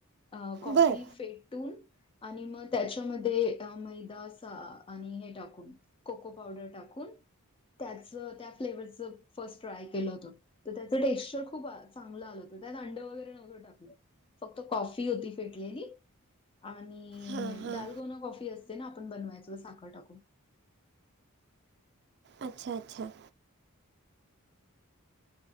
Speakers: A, on the left; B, on the right.
A: अ कॉफी
B: बरं
A: फेट टून आणि मग त्याच्यामध्ये मैदा सा आणि हे टाकून कोको पावडर टाकून त्याच त्या फ्लेवरच फर्स्ट ट्राय केलं होत. त्याचं टेक्सचर खूप चांगलं आलं होतं त्यात अंड वेगरै टाकून फक्त कॉफी होती फेटलेली आणि
B: हां हां
A: डालगोना कॉफी असते ना आपण बनवायचं साखर टाकून
B: अच्छा अच्छा